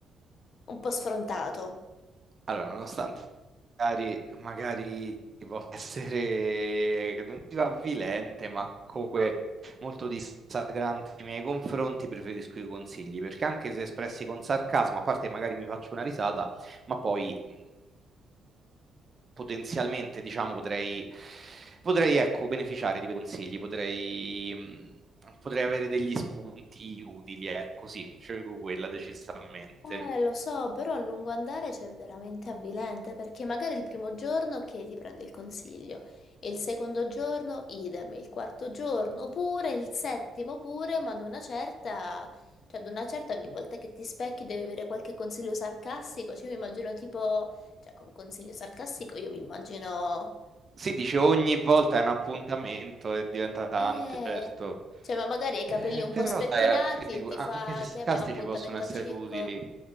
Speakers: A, on the left; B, on the right.
A: un po' sfrontato.
B: Allora, nonostante magari magari possa <laughs> essere non dico avvilente, ma comunque molto dissacrante nei miei confronti, preferisco i consigli, perché anche se espressi con sarcasmo, a parte magari mi faccio una risata, ma poi, mhmm, potenzialmente diciamo potrei potrei ecco beneficiare di quei consigli, potrei mhmm, potrei avere degli spunti utili, ecco sì, scelgo quella decisamente.
A: Eh, lo so, però a lungo andare c'è veramente avvilente perché magari il primo giorno ok ti prende il consiglio, e il secondo giorno idem, il quarto giorno pure, il settimo pure, ma ad una certa, cioè ad una certa ogni volta che ti specchi devi avere qualche consiglio sarcastico, cioè io mi immagino tipo, cioè con consiglio sarcastico io mi immagino
B: Sì, dice ogni volta è un appuntamento e diventa tante,
A: Eh,
B: certo.
A: cioè, ma magari hai i
B: Eh,
A: capelli un
B: però
A: po' spettinati
B: dai,
A: e ti
B: anche
A: fa
B: se sarcastici
A: che abbiamo appuntamento
B: possono essere
A: al circo?
B: utili.